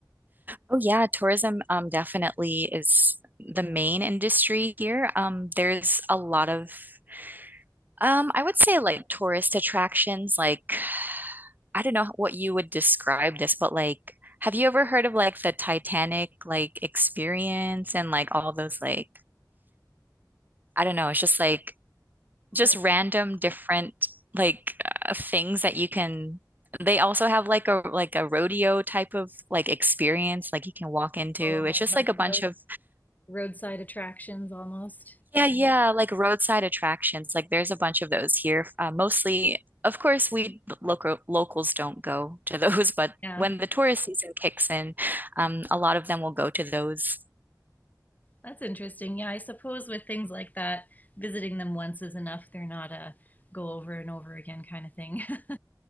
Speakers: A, on the right; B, on the left.
A: Oh yeah, tourism um, definitely is the main industry here. Um, there's a lot of um, I would say like tourist attractions. Like I don't know what you would describe this, but like have you ever heard of like the Titanic like experience and like all those like I don't know, it's just like just
B: Like,
A: random different like uh, things that you can they also have like a like a rodeo type of like experience like you can walk into.
B: oh,
A: It's just
B: like
A: like a bunch
B: road,
A: of
B: roadside attractions almost?
A: yeah, yeah, like roadside attractions. Like there's a bunch of those here. Uh, mostly, of course, we local locals don't go to <laughs> those, but
B: Yeah.
A: when the tourist season kicks in, um, a lot of them will go to those.
B: That's interesting. Yeah, I suppose with things like that, visiting them once is enough. They're not a go over and over again kind of thing. <laughs>